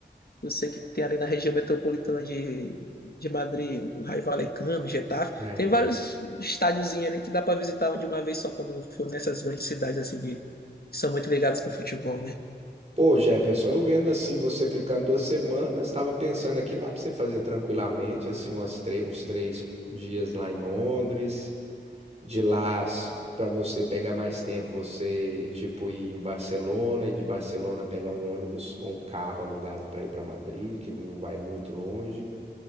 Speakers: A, on the left (about 60°); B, on the right (about 35°).
A: eu sei que tem ali na região metropolitana de, de Madrid, o Raio Vallecano, o Getafe.
B: é.
A: Tem vários estádiozinhos ali que dá para visitar de uma vez só quando for nessas grandes cidades assim de- que são muito ligadas com futebol, né?
B: Pô, Jefferson, eu vendo assim, você ficando duas semanas, estava pensando aqui, dá para você fazer tranquilamente, assim, umas tre- uns três dias lá em Londres, de lá para você pegar mais tempo, você tipo ir em Barcelona e de Barcelona pegar um ônibus ou um carro alugado para ir para Madrid, que não vai muito longe.